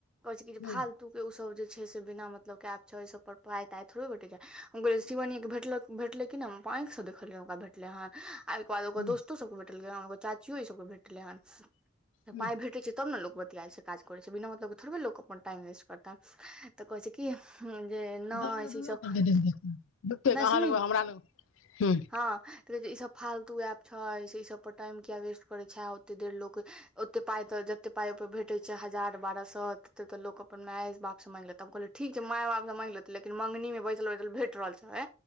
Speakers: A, in the centre; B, on the left.
A: कहे छै कि जे
B: हुँ
A: फालतू के ओ सब जे छै से बिना मतलब क एप छै ऐ सब पर पाय ताय थोरे भेटै छै हम कहलिए शिवानी के भेटले कि नै आंखि सँ देख कहलियै ओकरा भेटले हन आ ओहिके बाद ओकर
B: हुँ
A: दोस्तो सबके भेटलै हन ओकर चाचियो ई सबके भेटलै हेन तऽ
B: हुँ
A: पाय भेटैय छै तब ने लोक बतियाय छै काज कर छै बिना मतलब के थोरबे लोक अपन टाइम वेस्ट करतै तऽ कहै छै कि ह जे नहि
B: दाम लड्डुए
A: से ई सब
B: कहलकै देख देख कऽ झुट्ठे अहाँ
A: नहि सुनही
B: लगबै
A: न
B: हमरा लगबै हुँ
A: हँ तऽ ई सब फालतू एप छै से ई सब पर टाइम किया वेस्ट करै छै ओते देर लोक ओते पाइ तोरा जते पाई ओहिपर भेटैत छै ह हजार बारह सौ ह तऽ एतेक तऽ लोक अपन माय बाप से माँगले त हम कहल ठीक छै माय बाप से मांगते लेकिन मंगनी मे बैठल बैठल भेट रहल छैै